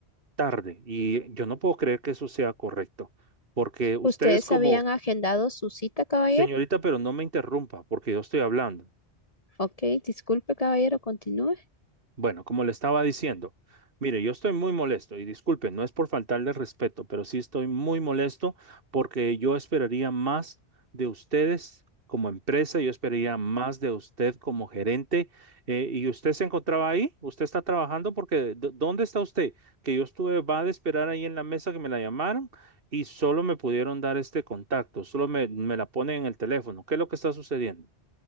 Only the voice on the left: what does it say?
¿Ustedes
habían agendado su cita, caballero?
Ok, disculpe, caballero, continúe.